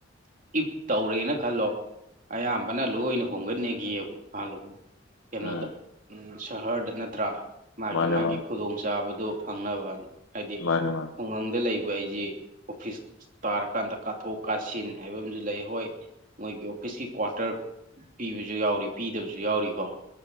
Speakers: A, on the right; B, on the left.
A: ꯏꯞ ꯇꯧꯔꯦꯅ ꯈꯜꯂꯣ ꯑꯌꯥꯝꯕꯅ ꯂꯣꯏꯅ ꯍꯣꯡꯒꯠꯅꯒꯤꯕ ꯏꯝꯐꯥꯜꯂꯣꯝ ꯀꯩꯅꯣꯗ
B: ꯎꯝ
A: ꯎꯝ ꯁꯍꯔꯗ ꯅꯠꯇ꯭ꯔꯥ ꯃꯥꯒꯤ
B: ꯃꯥꯅꯦ
A: ꯃꯥꯒꯤ
B: ꯃꯥꯅꯦ
A: ꯈꯨꯗꯣꯡ ꯆꯥꯕꯗꯣ ꯐꯪꯅꯕꯅ ꯍꯥꯏꯗꯤ
B: ꯃꯥꯅꯦ ꯃꯥꯅꯦ
A: ꯈꯨꯡꯒꯪꯗ ꯂꯩꯕ ꯑꯩꯖꯤ ꯑꯣꯐꯤꯁ ꯇꯥꯔꯀꯥꯟꯗ ꯀꯥꯊꯣꯛ ꯀꯥꯁꯤꯟ ꯍꯥꯏꯕ ꯑꯃꯖꯨ ꯂꯩ ꯍꯣꯏ ꯃꯣꯏꯒꯤ ꯑꯣꯐꯤꯁꯀꯤ ꯀ꯭ꯋꯥꯇꯔ ꯄꯤꯕꯖꯨ ꯌꯥꯎꯔꯤ ꯄꯤꯗꯕꯁꯨ ꯌꯥꯎꯔꯤꯀꯣ